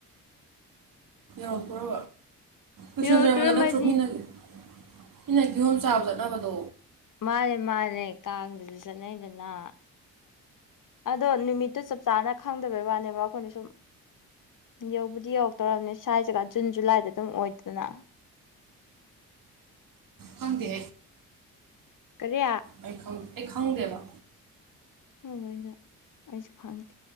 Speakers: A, on the right; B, on the left.
A: ꯑ ꯄꯨ꯭ꯔꯣ ꯎ
B: ꯌꯧꯔꯛꯇꯣꯔꯃꯅꯤ
A: ꯀꯗꯔꯃꯗꯅ ꯇ꯭ꯔꯨꯃꯤꯅꯂꯦ ꯑꯩꯅ ꯀꯤꯌꯣꯝ ꯆꯥꯕ ꯆꯠꯅꯕꯗꯣ꯫
B: ꯃꯥꯅꯦ ꯃꯥꯅꯦ ꯀꯥꯡꯗꯁꯨ ꯆꯠꯅꯩꯗꯅ ꯑꯗꯣ ꯅꯨꯃꯤꯠꯇꯨ ꯆꯞ ꯆꯥꯅ ꯈꯪꯗꯕꯩ ꯋꯥꯅꯦꯕ ꯑꯩꯈꯣꯏꯅ ꯁꯨꯝ ꯌꯧꯕꯗꯤ ꯌꯧꯔꯛꯇꯧꯔꯕꯅꯤ ꯁ꯭ꯋꯥꯏ ꯖꯒꯥ ꯖꯨꯟ ꯖꯨꯂꯥꯏꯗ ꯑꯗꯨꯝ ꯑꯣꯏꯗꯅ
A: ꯍꯗꯦ
B: ꯀꯔꯤ
A: ꯑꯩ ꯑꯩ ꯈꯪꯗꯦꯕ
B: ꯑꯪ ꯑꯣꯏꯅ ꯑꯩꯁꯨ ꯐꯪꯉꯦ